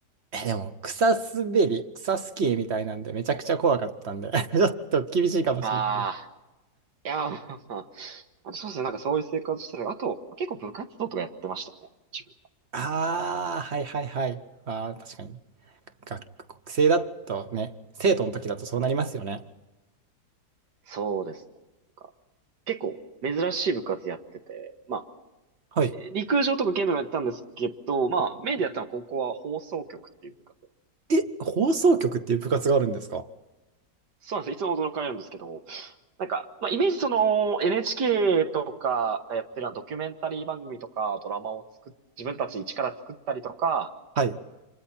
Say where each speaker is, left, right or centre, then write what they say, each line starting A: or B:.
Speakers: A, on the right (about 45°); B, on the right (about 70°).
A: え、でも、草滑り、草スキーみたいなんで、めちゃくちゃ怖かったんで、<laughs> ちょっと厳しいかもしれない。
B: ああ、いや、まあまあまあそうですね、なんかそういう生活してたりあと、結構部活動とかやってましたね、自分。
A: ああ、はいはいはい。ああ、確かに。学生だとね、生徒の時だとそうなりますよね。
B: そうですね。なんか結構珍しい部活やってて、まあ、
A: はい。
B: 陸上とか剣道もやったんですけど、まあ、メインでやったのは高校は放送局っていう部活で。
A: え、放送局っていう部活があるんですか
B: そうなんです。いつも驚かれるんですけど、なんか、まあ、イメージその NHK とかがやってるのはドキュメンタリー番組とかドラマを作っ、自分たち一から作ったりとか、
A: はい。